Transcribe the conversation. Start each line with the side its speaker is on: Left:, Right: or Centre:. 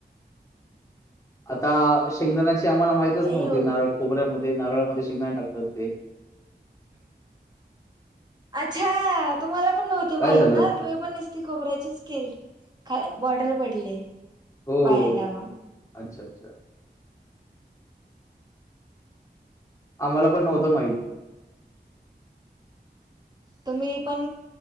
Left: आता शेंगदाणाची आम्हाला माहितच
Right: अयो
Left: नव्हती नारळ खोबऱ्यामध्ये नारळामध्ये शेंगदाणा टाकतात ते.
Right: अच्छा तुम्हाला पण नव्हती
Left: काय
Right: माहित
Left: झालं?
Right: ना. तु पण नसती खोबऱ्याचीच के ख बॉटल पडले
Left: हो.
Right: पायाला.
Left: अच्छा अच्छा. आम्हाला पण नव्हतं माहित.
Right: त म्ही पण